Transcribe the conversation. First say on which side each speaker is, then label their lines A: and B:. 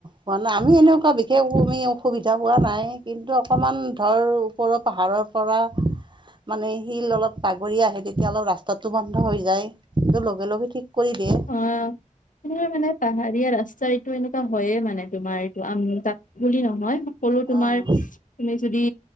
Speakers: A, on the right (about 35°); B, on the left (about 70°).
A: ম নে আমি এনেকুৱা বিশেষ আমি অসুবিধা পোৱা নাই কিন্তু অকণমান ধৰ ওপৰৰ পাহাৰৰ পৰা মানে শিল অলপ বাগৰি আহে তেতিয়া অলপ ৰাস্তাতটো বন্ধ হৈ যায় কিন্তু লগে লগে ঠিক কৰি দিয়ে
B: অ মানে পাহাৰীয়া ৰাস্তাৰ এইটো এনেকুৱা হয়য়ে মানে তোমাৰ এইটো আমি তাত বুলি নহয় সকলো তোমাৰ
A: অ',
B: তুমি যদি